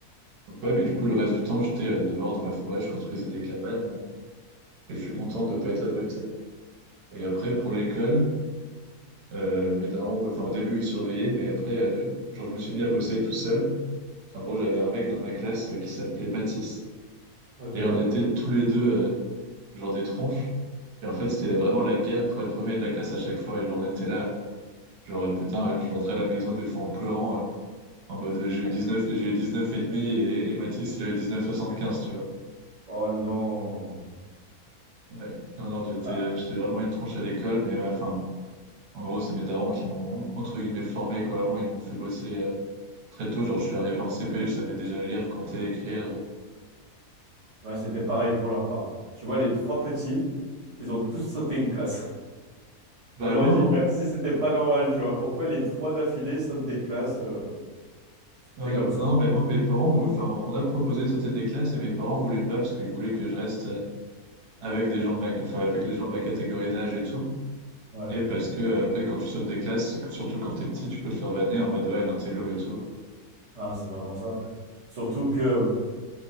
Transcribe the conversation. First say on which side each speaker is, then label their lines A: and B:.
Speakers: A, on the right; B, on the right.
A: Donc ouais, mais du coup, le reste du temps, j'étais euh, dehors dans la forêt, je construisais des cabanes, euh, et je suis content de pas être abruti. Et après, pour l'école, euh, mes darons, enfin, au début, ils surveillaient, mais après, euh, genre, je me suis mis à bosser tout seul. Enfin, en gros, j'avais un mec dans ma classe euh, qui s'appelait Mathis.
B: Ok.
A: Et on était tous les deux, euh, genre, des tronches. Et en fait, c'était la- vraiment la guerre pour être premier de la classe à chaque fois. Et genre, on était là, genre, euh, putain, je rentrais à la maison des fois en pleurant, euh, en mode, euh, j'ai eu dix neuf j'ai eu 19 et demi et, et Mathis, il a eu dix neuf soixante quinze tu vois.
B: Oh non.
A: Ouais. Non, non, j'étais,
B: Ah,
A: euh, j'étais vraiment une tronche à l'école, mais euh, enfin, en gros, c'est mes darons qui m'ont, entre guillemets, formé, quoi. Avant, ils m'ont fait bosser. euh, Très tôt, genre, je suis arrivé en CP, je savais déjà lire, compter, écrire.
B: bah, c'était pareil pour leur part. Tu vois, les trois petits, ils ont tous sauté une classe. <laughs>
A: Bah,
B: On aurait
A: moi,
B: dit, même si c'était pas normal, tu vois, pourquoi les trois d'affilée sautent des classes, euh,
A: ouais,
B: c'est comme ça.
A: non, mais moi, mes parents, vou- enfin, on a proposé de sauter des classes et mes parents voulaient pas parce qu'ils voulaient que je reste euh, avec des gens de ma, enfin, avec les gens de ma catégorie d'âge et tout.
B: Ouais.
A: Et parce que, euh, après, quand tu sautes des classes, c'est que- surtout quand t'es petit, tu peux te faire vanner en mode, ouais, l'intello et tout.
B: Ah, c'est vraiment ça. Surtout que